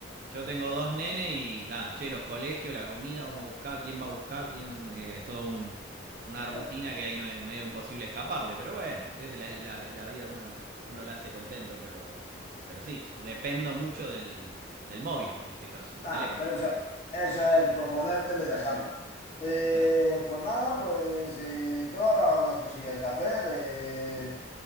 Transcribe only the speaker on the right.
Yo tengo dos nenes y nada, che, los colegios, la comida, vamos a buscar, quién va a buscar, quién. eh, es todo un- una rutina
que ahí no es medio imposible escaparle. Pero bueno, es la, la- es la vida, uno, uno la hace contento, pero, pero sí, dependo mucho del, del móvil, en este caso, del
teléfono.
Claro.